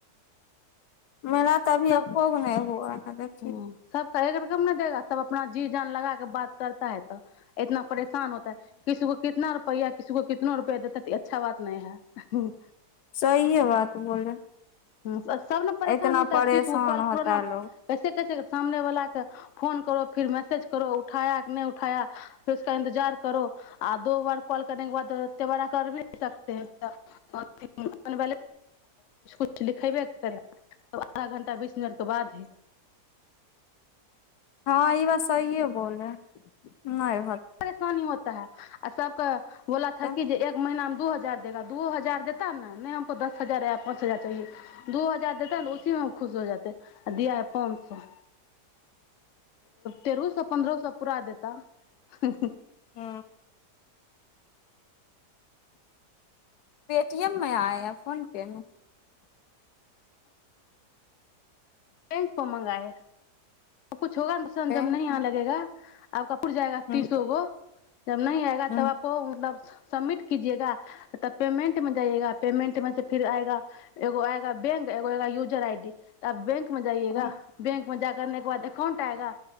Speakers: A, on the left (about 75°); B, on the left (about 55°).
A: मेरा तऽ अभी
B: सब
A: एको नहि हुआ ने देख
B: ह सब कहे कर के हम नहि देगा सब अपना जी जान लगाा के बात करता है तऽ इतना परेशान होता है किस को कितना रुपैआ किसी को कितना इतना रुपया देता है त अच्छा बात नहि है
A: सहिए बात बोले
B: हूँ सब ने परेशान
A: इतना
B: होता
A: परेशान
B: है तीसो कॉल
A: होता
B: पुराना
A: है लोग
B: कैसे कैसे सामने वाला फोन करो फिर मैसेज करो उठाय नहि उठाया फर उसा इन्तजार करो आ दो बार कॉल करने के बाद एते बड़ा कर भी नहि सकत है <unintelligible> लिखयबे कर करै गा तब आधा घण्टा बीस मिनटके बाद हे
A: हँ ई बात सहिए बोलै नहि
B: परेशानी होता है आ सबके बोला था
A: तो
B: कि जे एक महिना मे दू हजार देगा दू हजार देता ने नहि हमको दस हजार या पाँच हजार चाहिए दू हजार देताै तऽ उसी मे हम खुश हो जा जेते आ दिया है पाँच सए तेरहो सए पन्द्रहो सए पूरा देता हू
A: हँ पेटीएम मे आय या फोन पे मे
B: बैंक प मगाए कु होग ने बसन
A: बैंक
B: जम नहिी आ
A: में?
B: लगेगा आप का उट जाएगा
A: हम्म,
B: तीसो गो जब नहि आएगा
A: हम्म,
B: तबो मतलब सबमिट कजएगा तब पेमेंट मे जाइएगा पेमेंट मे से फिर आएगा एगो आएगा बैंक एगो आएगा यूजर आई डी त बैंक मे जाइएगा
A: हम्म,
B: बैंक मे जा करके एकाउंट आएगा